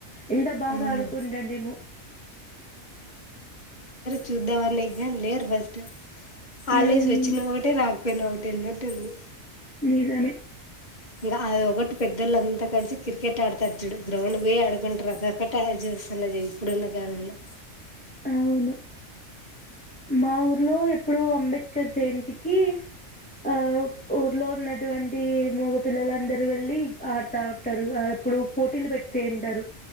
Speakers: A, in the centre; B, on the left (about 35°).
A: ఎంత బాగా
B: మ్మ్.
A: ఆడుకుంటంటిమో
B: చూద్దాం అనేకి గానీ లేరు ఫస్ట్ హాలిడేస్
A: హ్మ్
B: వచ్చిన ఒకటే రాకు పోయిన ఒకటి అన్నట్టుంది
A: నిజమే
B: ఇంకా అది ఒకటి పెద్దోళ్ళంతా కలిసి క్రికెట్ ఆడతారుచూడు గ్రౌండ్కి పోయి ఆడుకుంటారు, అదొకటి జూస్సున్నది ఇప్పుడున్న. కాలంలో
A: అవును మా ఊర్లో ఎప్పుడు ఆమ్ అంబేద్కర్ జయంతికి ఆ ఊర్లో ఉన్నటువంటి మగపిల్లలుందరు వెళ్ళి ఆడుతా ఉంటారు అప్పుడు పోటీలు పెట్టింకెంటారు